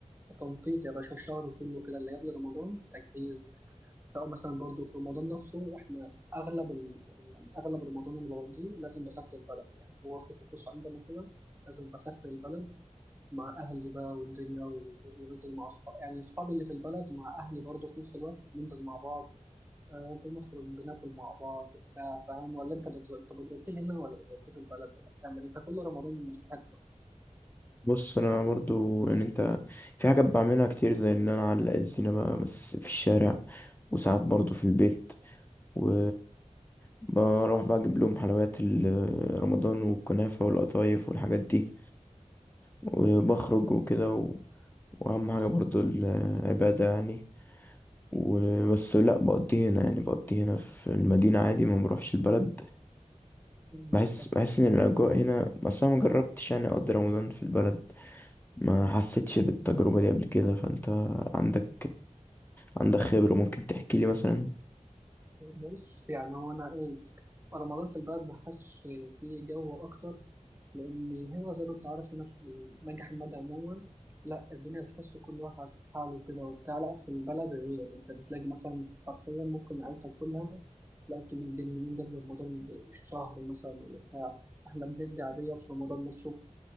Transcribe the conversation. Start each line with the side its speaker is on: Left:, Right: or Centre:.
Right: تنطيط يا باشا الشهر كله كده اللي قبل رمضان تجهيز او مثلا برضو في رمضان نفسه احنا اغلب ال... يعني اغلب رمضان اللي بقضيه لازم بسافر البلد يعني هو في طقوس عندنا كده لازم بسافر البلد مع اهلي بقى والدنيا و- وانزل مع اصحابي يعني اصحابي اللي في البلد مع اهلي برضو في نفس الوقت بننزل مع بعض آه بنخرج بناكل مع بعض بتاع فاهم ولا انت بت... انت بتغطي هنا ولا بتغطي في البلد ولا بتعمل إيه؟ انت كل رمضان مش في حته
Left: بص أنا برضو يعني أنت في حاجات بعملها كتير زي إن أنا أعلق الزينة بقى بس في الشارع وساعات برضو في البيت و بروح بقى أجيب لهم حلويات ال- رمضان والكنافة والقطايف والحاجات دي وبخرج وكده واهم حاجه برضو العباده يعني وبس لا بقضي هنا يعني بقضي هنا في المدينه عادي ما بروحش البلد
Right: أمم،
Left: بحس
Right: فاهم.
Left: بحس ان الاجواء هنا بس انا ما جربتش يعني اقضي رمضان في البلد ما حسيتش بالتجربه دي قبل كده فانت عندك عندك خبره ممكن تحكي لي مثلا
Right: بص يعني هو انا ايه رمضان في البلد بحس فيه جو اكتر لأن هنا زي ما أنت عارف هنا في نجح حمادي عموما لا الدنيا بتحس كل واحد في حاله كده وبتاع لا في البلد غير أنت بتلاقي مثلا حرفيا ممكن عيلتك كلها لا أنتوا متجننين قبل رمضان بشهر مثلا ولا بتاع إحنا بندي عادية في رمضان نفسه